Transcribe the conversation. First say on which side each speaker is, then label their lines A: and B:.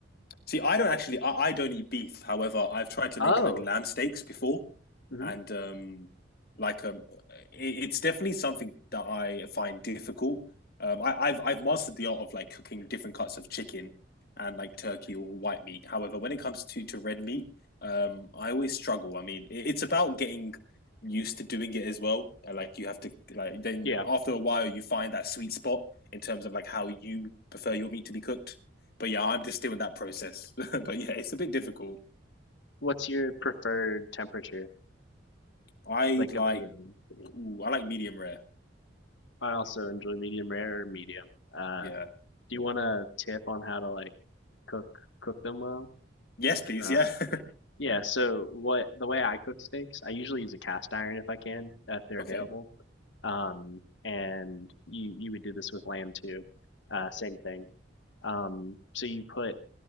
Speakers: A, on the left; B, on the left.
A: See, I don't actually, I, I don't eat beef. However, I've tried to
B: Oh,
A: make like lamb steaks before,
B: hmm
A: and um, like um, it, it's definitely something that I find difficult. Um, I, I've I've mastered the art of like cooking different cuts of chicken and like turkey or white meat. However, when it comes to to red meat, um, I always struggle. I mean, it, it's about getting used to doing it as well. Uh, Like you have to like then
B: yeah.
A: after a while you find that sweet spot in terms of like how you prefer your meat to be cooked. But yeah, I'm just still in that process. <laughs> But yeah, it's a bit difficult.
B: What's your preferred temperature,
A: I
B: like
A: like
B: of the um, the meat?
A: ooh, I like medium rare.
B: I also enjoy medium rare or medium. Uh,
A: Yeah,
B: do you want a tip on how to like cook cook them well?
A: Yes, please.
B: Uh,
A: Yeah. <laughs>
B: yeah. So what the way I cook steaks, I usually use a cast iron if I can, if they're
A: Okay.
B: available. um, and you you would do this with lamb too. Uh, same thing. Um, so you put